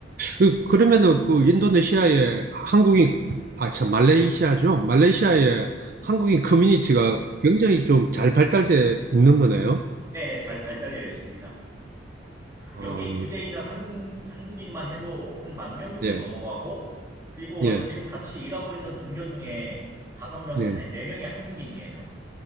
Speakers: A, on the right; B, on the right.
A: 그, 그러면은 그 인도네시아에 한국인, 아, 참, 말레이시아죠? 말레이시아에 한국인 커뮤니티가 굉장히 좀 잘 발달돼 있는 거네요.
B: 네네 잘 발달되어 있습니다.
A: 아,
B: 여기 주재에 있는 한국 한국인만 해도 한 만 명 정도
A: 예,
B: 넘어가고 그리고
A: 예,
B: 지금 같이 일하고 있는 동료 중에 다섯 명
A: 예.
B: 아니 네 명이 한국인이에요.